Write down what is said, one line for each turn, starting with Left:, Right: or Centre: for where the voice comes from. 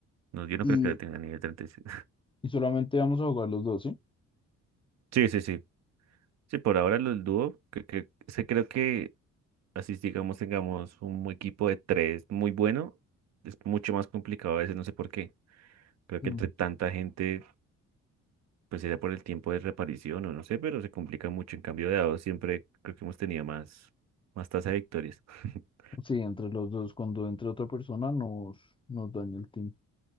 Right: No, yo no
Left: y,
Right: creo que la tenga nivel treinta y siete <laughs>
Left: y solamente vamos a jugar los dos, ¿sí?
Right: Sí, sí, sí. Sí, por ahora los dúo, que, que, se creo que así digamos tengamos un equipo de tres muy bueno, es mucho más complicado a veces, no sé por qué. Creo
Left: Mm,
Right: que entre tanta gente, pues sería por el tiempo de reparición o no sé, pero se complica mucho. En cambio de a dos siempre creo que hemos tenido más, más tasa de victorias. <laughs>
Left: Sí, entre los dos, cuando entre otra persona nos, nos daña el team,